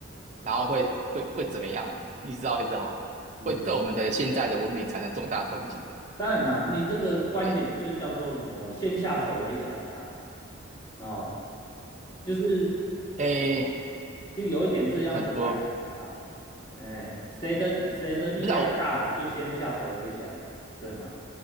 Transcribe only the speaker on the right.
然后会会会怎么样？你知道意思哈？
会对我们的现在的文明产生重大冲击。
嘿，
诶，
可我不
知道我，